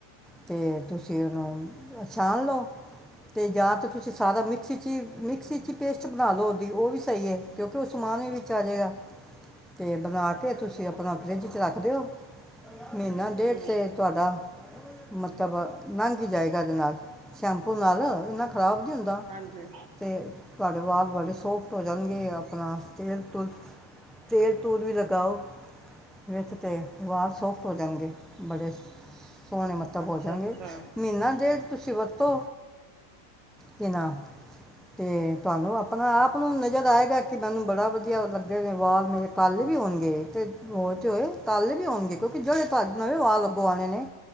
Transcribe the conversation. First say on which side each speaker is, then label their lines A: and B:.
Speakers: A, in the centre; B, on the right (about 70°).
A: ਅਤੇ ਤੁਸੀਂ ਉਹਨੂੰ ਛਾਣ ਲਓ। ਤੇ ਜਾਂ ਤਾਂ ਤੁਸੀਂ ਸਾਰਾ ਮਿਕਸੀ 'ਚ ਹੀ ਮਿਕਸੀ 'ਚ ਪੇਸਟ ਬਣਾ ਲਓ, ਉਹਦੀ ਉਹ ਵੀ ਸਹੀ ਹੈ ਕਿਉਂਕਿ ਉਹ ਸਮਾਨ ਵੀ ਵਿੱਚ ਆਜੇਗਾ ਅਤੇ ਬਣਾ ਕੇ ਤੁਸੀਂ ਆਪਣਾ ਫਰਿੱਜ 'ਚ ਰੱਖ ਦਿਓ। ਮਹੀਨਾ ਡੇਢ
B: ਹੂੰ,
A: ਤੇ ਤੁਹਾਡਾ ਮਤਲਬ ਲੰ ਜਾਏਗਾ। <unintelligible> ਦੇ ਨਾਲ ਸ਼ੈਂਪੂ ਨਾਲ, ਇਨਾ ਖ਼ਰਾਬ ਨੀ ਹੁੰਦਾ
B: ਹਾਂਜੀ,
A: ਤੇ ਤੁਹਾਡੇ ਵਾਲ ਬੜੇ ਸੋਫ ਰੰਗੇ ਆਪਣਾ ਸਟੇਲ ਟੁਲ <unintelligible> ਤੇਲ ਤੂਲ ਵੀ ਲਗਾਓ, ਵਿੱਚ ਤੇ ਸੋਫਟ ਹੋ ਜਾਣਗੇ ਬੜੇ ਸੋਹਣੇ ਮਤਲਬ
B: ਅੱਛਾ-ਅੱਛਾ।
A: ਹੋ ਜਾਣਗੇ ਮਹੀਨਾ ਤੇਲ ਤੁਸੀਂ ਵਰਤੋ। ਕਿ ਨਾ, ਤੇ ਤੁਹਾਨੂੰ ਆਪਣਾ- ਆਪ ਨੂੰ ਨਜ਼ਰ ਆਏਗਾ ਕਿ ਮੈਨੂੰ ਬੜਾ ਵਧੀਆ ਲੱਗੇ ਨੇ ਵਾਲ ਮੇਰੇ ਕਾਲੇ ਵੀ ਹੋਣਗੇ ਤੇ ਹੋ ਤੇ ਹੋਏ ਕਾਲੇ ਵੀ ਹੋਣਗੇ ਕਿਉਂਕਿ ਜਿਹੜੇ ਤੁ ਨਵੇਂ ਵਾਲ ਅੱਗੋਂ ਆਉਣੇ ਨੇ।